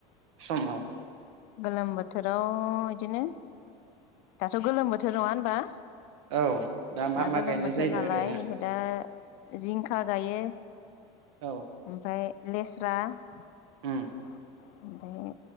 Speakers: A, on the right; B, on the left.
A: समाव
B: गोलोम बोथ बोथोराव इदिनो दाथ' गोलोम बोथोर नङा होनबा?
A: औ दा मा मा
B: गोलोम
A: गायनाय
B: बोथोर
A: जायो
B: नालाय
A: ओरैनो
B: ओंखाय दा जिंखा गायो।
A: औ
B: ओमफ्राय लेस्रा <inaudible>
A: उम
B: ओमफ्राय